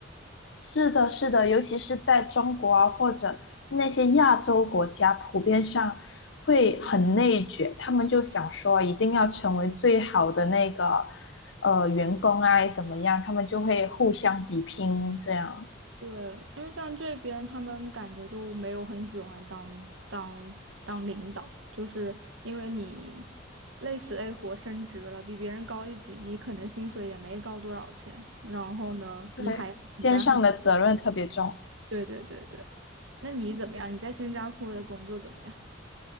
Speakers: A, on the left; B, on the right.
A: 是的，是的，尤其是在中国啊，或者那些亚洲国家，普遍上会很内卷，他们就想说一定要成为最好的那个呃员工啊，怎么样？他们就会互相比拼，这样
B: 对，因为像这边他们感觉就没有很喜欢当当当领导，就是因为你累死累活升职了，比别人高一级，你可能薪水也没高多少钱，然后呢，
A: 对。
B: 你还要承担很，
A: 肩上的责任特别重。
B: 对对对对。那你怎么样？你在新加坡的工作怎么样？